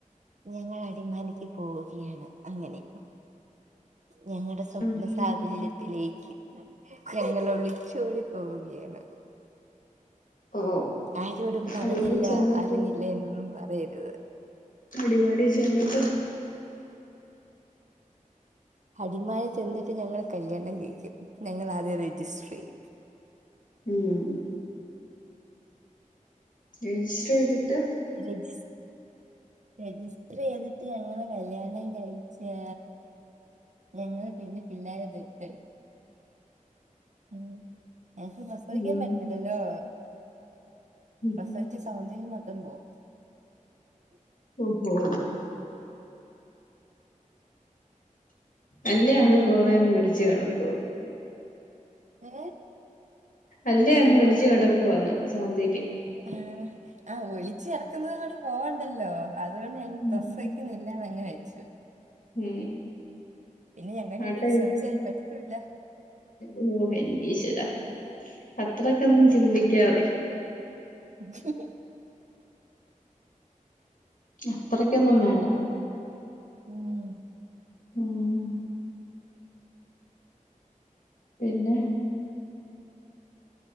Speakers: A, on the right; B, on the left.
A: ഞങ്ങൾ അടിമാലിക്ക് പോവുകയാണ് അങ്ങനെ ഞങ്ങടെ സ്വപ്ന
B: ഉം
A: സാബല്യത്തിലേക്ക്
B: ഉം ഉം
A: ഞങ്ങൾ ഒളിച്ചോടി പോവുകയാണ്
B: ഓ
A: ആരോടും പറഞ്ഞില്ല
B: അടിമാലി ചെന്നിട്ട്
A: അറിഞ്ഞില്ല എന്നൊന്നും പറയല്ല് അതെ
B: അടിമാലി ചെന്നിട്ട്
A: അടിമാലി ചെന്നിട്ട് ഞങ്ങൾ കല്യാണം കഴി ക്കും ഞങ്ങൾ ആദ്യം രജിസ്റ്റർ ചെയ്യും
B: ഊം രജിസ്റ്റർ ചെയ്തിട്ട്
A: രജി രജിസ്റ്റർ ചെയ്തിട്ട് ഞങ്ങള് കല്യാണം കഴിച്ചാ ഞങ്ങള് പിന്നെ പിള്ളാരെ ദത്തെടുക്കും <unintelligible> എനക്ക് പ്രസവിക്കാൻ
B: ഉം
A: പറ്റില്ലല്ലോ
B: ഉം
A: പ്രസവിച്ച് സൗന്ദ ര്യം മൊത്തം പോവും
B: ഒഹോ അല്ലേ അങ്ങ് കൊ - അങ്ങ് വിലിച്ച് കെടക്കുവാ
A: ഏഹ്
B: അല്ലേ അങ്ങ് ഒലിച്ചു കെടക്കുവാന്ന് സൗന്ദ-
A: ആ ആ ഒളിച്ച് ഒളിച്ച് നടക്കുന്നത് യെന്ന് - പോ ഉണ്ടല്ലോ അതുകൊണ്ട് ഞങ്ങള്
B: ഉം.
A: പ്രസവിക്കുന്നില്ല അല്ലാതെ അങ്ങ് കഴിച്ചു
B: ഉം
A: പിന്നെ ഞങ്ങൾ
B: ആട്ടെ
A: രണ്ടുപേരും ശ്രമിച്ച ഇത് പറ്റൂ ഇല്ല
B: ഓ എൻ്റെ ഈശ്വര അത്രക്കക്ക്‌ ഒന്നും ചിന്തിക്കാത
A: <inaudible>
B: അത്രക്ക്‌ ഒന്നും വേണ്ട
A: ഉം
B: ഉം പിന്നെ